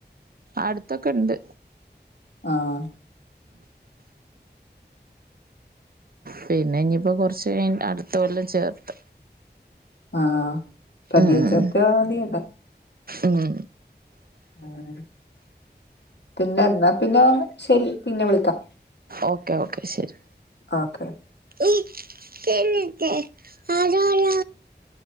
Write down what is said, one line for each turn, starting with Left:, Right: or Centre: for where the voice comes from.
Right: അടുത്തൊക്കെണ്ട്
Left: ആഹ്
Right: പിന്നെ ഇനി പ്പോ കൊറച്ച് കഴി അടുത്ത കൊല്ലം ചേർത്താം
Left: ആഹ് പതിയെ
Right: ഉം ഉം
Left: ചേർത്താ മതിയല്ലോ
Right: ഉം
Left: ആഹ് പിന്നെ ന്നാ പിന്നെ ശെരി പിന്നെ വിളിക്കാം
Right: ഓക്കെ ഓക്കെ ശെരി
Left: ഓക്കെ
Right: ഇ എനിക് അതാരാ